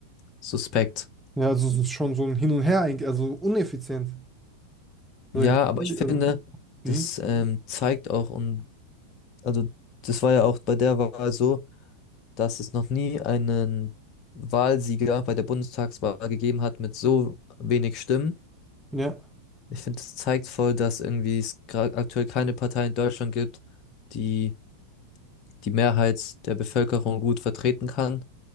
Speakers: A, on the left (about 40°); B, in the centre.
A: suspekt.
B: Ja, also es ist schon so ein Hin und Her, eigentlich, also uneffizient. Also,
A: Ja,
B: ich,
A: aber
B: also
A: ich finde,
B: wie?
A: das ähm, zeigt auch und also das war ja auch bei der Wahl so, dass es noch nie einen Wahlsieger bei der Bundestagswahl gegeben hat mit so wenig Stimmen.
B: Ja.
A: Ich finde, das zeigt voll, dass irgendwie es gerade aktuell keine Partei in Deutschland gibt, die die Mehrheit der Bevölkerung gut vertreten kann